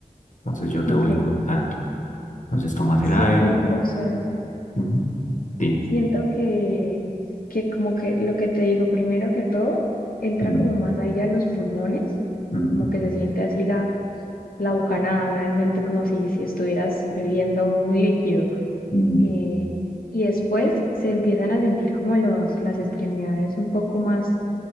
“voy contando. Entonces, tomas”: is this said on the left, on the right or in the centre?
Left